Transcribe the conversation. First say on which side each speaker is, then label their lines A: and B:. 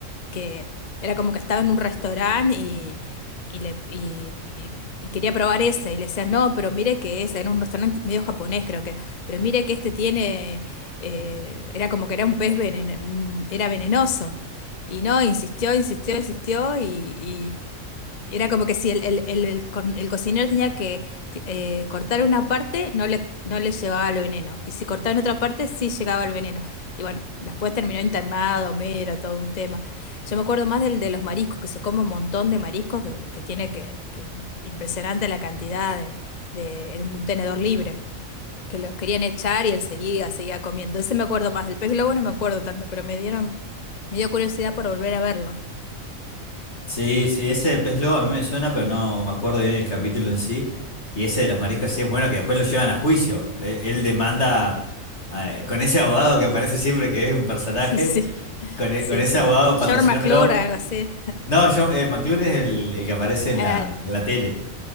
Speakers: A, on the left; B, on the left.
A: que era como que estaba en un restaurante y, y, le, y, y- y quería probar ese. Y le decían, no, pero mire que ese, era un restaurante medio japonés, creo que, pero mire que este tiene, eh, era como que era un pez veneno, un- era venenoso. Y no, insistió, insistió, insistió y, y- y era como que si el, el, el, el co- el cocinero tenía que eh, cortar una parte, no le, no le llevaba el veneno. Y si cortaba en otra parte, sí llegaba el veneno. Y bueno, después terminó internado, mero, todo un tema. Yo me acuerdo más del de los mariscos, que se come un montón de mariscos, que, que tiene que, que- impresionante la cantidad de, de- en un tenedor libre, que los querían echar y él seguía, seguía comiendo. Ese me acuerdo más, del pez globo no me acuerdo tanto, pero me dieron, me dio curiosidad por volver a verlo.
B: Sí, sí, ese del pez globo a mí me suena, pero no me acuerdo bien el capítulo en sí. Y ese de los mariscos sí es bueno, que después lo llevan a juicio. Él, él demanda eh, con ese abogado que aparece siempre, que es un personaje,
A: <laughs> Sí,
B: con, e-
A: sí,
B: con ese
A: sí.
B: abogado
A: George
B: patrocinándolo.
A: McClure, algo así.
B: No, John, eh, McClure es el, el que aparece en
A: Ah,
B: la, en la tele.